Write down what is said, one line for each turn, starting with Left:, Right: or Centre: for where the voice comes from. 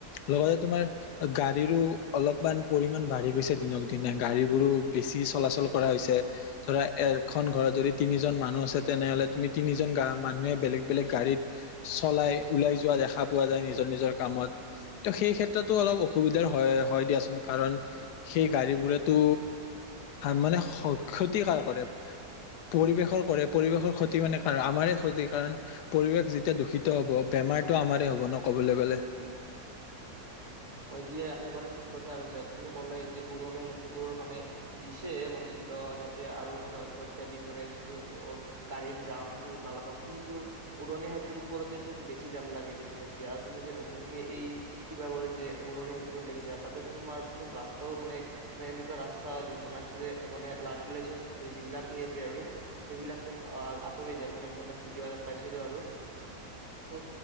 Left: লগতে তোমাৰ গাড়ীৰো অলপমান পৰিমান বাঢ়ি গৈছে দিনক দিনা গাড়ী বোৰো বেছি চলাচল কৰা হৈছে ধৰা এখন ঘৰত যদি তিনিজন মানুহ আছে তেনেহলে তুমি তিনিজন গা মানুহে বেলেগ বেলেগ গাড়ীত চলাই ওলাই যোৱা দেখা পোৱা যায় নিজৰ নিজৰ কামত ত' সেই ক্ষেত্ৰতো অলপ অসুবিধাৰ হয় হয় দিয়াচোন কাৰণ সেই গাড়ীবোৰেতো মানে ক্ষতিকাৰ কৰে পৰিৱেশৰ কৰে পৰিৱেশৰ ক্ষতি মানে কাৰ আমাৰে ক্ষতি কাৰণ পৰিৱেশ যেতিয়া দূষিত হব বেমাৰটো আমাৰে হব ন ক'বলৈ গলে।
Right: হয় দিয়া একেবাৰে ঠিক কথা কৈছা তুমি ক'লে যে উৰণীয়া সেতুবোৰ মানে দিছে মানে অ যাতে আৰু মানে অত্যাধিক মানে যিটো অ গাড়ীৰ জাম সেইটো নালাগক কিন্তু উৰণীয়া সতুৰ ওপৰতে চোন বেছি জাম লাগে দেচোন এতিয়া তুমি যে নতুনকে এই কিবা কৰে যে উৰণি সেতুখন দেখিছা তাতে তোমাৰ চোন ৰাস্তাও মানে মানে এনেকুৱা ৰাস্তা বনাইছে যে মানে লাৰিলেচোন যিবিলাক সেই আছে আৰু সেইবিলাক চোন আহ আঁতৰি যায় মানে ভিডিঅ' এাত পাইছিলো আৰু ত'